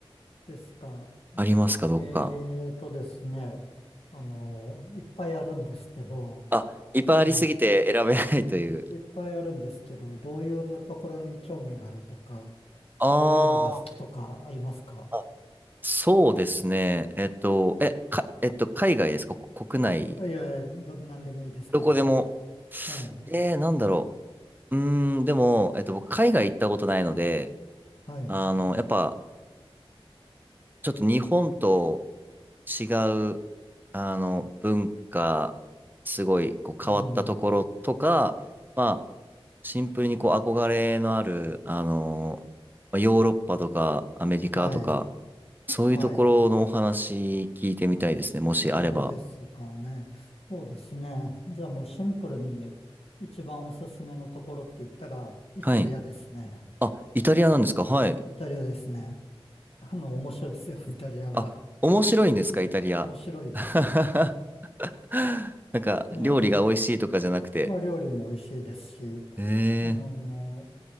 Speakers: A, on the left; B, on the right.
A: ですか。
B: ありますか、どこか。
A: えーとですね、あのいっぱいあるんですけど、
B: あ、いっぱいありすぎて選べないという。
A: ええいっぱいあるんですけど、どういうところに興味があるとか、
B: <laughs> あー
A: どういうのが好きとかありますか
B: あ、そうですね。えっと、え、か、えっと、海外ですかこ国内。
A: いやど、何でもいいですけど。
B: どこでも。
A: はい。
B: えー、なんだろう。うーん、でも、えっと、僕、海外行ったことないので、
A: はい。
B: あの、やっぱ、ちょっと日本と違う、あの、文化、すごい、こう、
A: うん。
B: 変わったところとか、まあ、シンプルに、こう、憧れのある、あの、まあヨーロッパとか、アメリカとか、
A: はい。
B: そういうところのお話聞いてみたいですね、
A: はい。
B: もしあれば。
A: そうですかね。そうですね。じゃあもうシンプルに一番おすすめのところって言ったら、イタリアですね。
B: はい。あ、イタリアなんですかはい。
A: イタリアですね。あの、面白いですよ、<laughs> イタリアは。
B: あ、面白いんですか、
A: い面白いです。
B: イタリア。<laughs> <laughs> なんか、
A: ええ。
B: 料理が美味しいとかじゃなくて。
A: まあ、料理も美味しいですし、
B: ええー。
A: あの